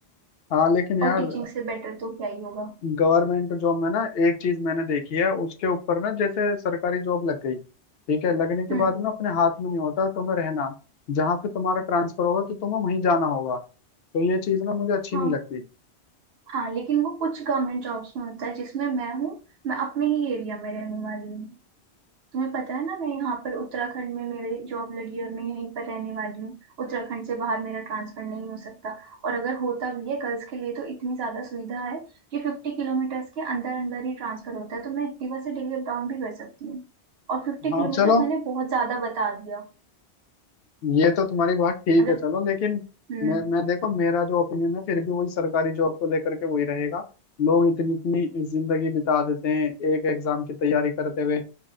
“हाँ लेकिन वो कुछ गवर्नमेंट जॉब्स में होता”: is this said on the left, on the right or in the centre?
Right